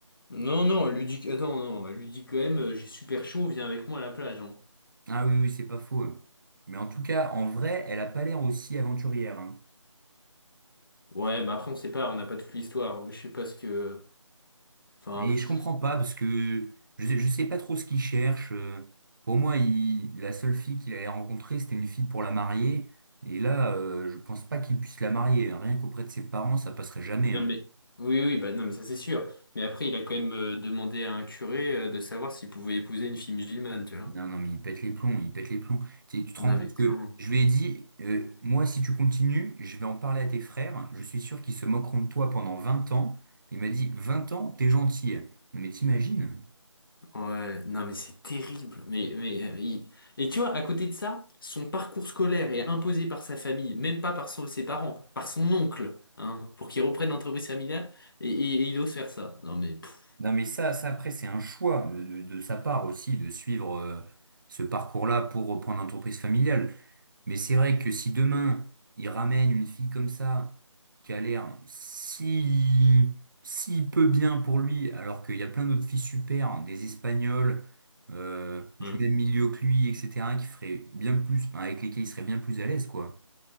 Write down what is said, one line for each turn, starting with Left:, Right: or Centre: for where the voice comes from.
Left: Non, non, elle lui dit, ah, non, non, elle lui dit quand même, euh, j'ai super chaud, viens avec moi à la plage, hein.
Right: Ah oui, oui, c'est pas faux. hein. Mais en tout cas, en vrai, elle a pas l'air aussi aventurière. hein.
Left: Ouais, bah après, on sait pas, on n'a pas toute l'histoire. Je sais pas ce que. Enfin.
Right: Mais
Left: pff.
Right: je comprends pas, parce que je, sais- je sais pas trop ce qu'il cherche. euh. Pour moi, il, la seule fille qu'il avait rencontrée, c'était une fille pour la marier. Et là, euh, je pense pas qu'il puisse la marier. hein. Rien qu'auprès de ses parents, ça passerait jamais.
Left: Non
Right: hein.
Left: mais oui oui bah non mais ça c'est sûr. Mais après il a quand même euh, demandé à un curé euh, de savoir s'il pouvait épouser une fille musulmane, tu vois.
Right: Non, non, mais il pète les plombs, il pète les plombs. Tu sais, tu te
Left: Non
Right: rends compte
Left: mais clairement.
Right: que je lui ai dit, euh, moi, si tu continues, je vais en parler à tes frères. Je suis sûr qu'ils se moqueront de toi pendant 20 ans. Il m'a dit, 20 ans, t'es gentil. Non, mais t'imagines?
Left: Ouais, non mais c'est terrible. Mais mais euh, il- et tu vois à côté de ça, son parcours scolaire est imposé par sa famille, même pas par son- ses parents, par son oncle, hein, pour qu'il reprenne l'entreprise familiale et, et- et il ose faire ça. Non mais pff,
Right: Non, mais ça, ça après, c'est un choix de, de- de sa part aussi de suivre euh, ce parcours-là pour reprendre l'entreprise familiale. Mais c'est vrai que si demain, il ramène une fille comme ça, qui a l'air si, si peu bien pour lui, alors qu'il y a plein d'autres filles super, hein, des Espagnols, euh, du
Left: ouais,
Right: même milieu que lui, etc., qui feraient bien plus, enfin, avec lesquels il serait bien plus à l'aise, quoi.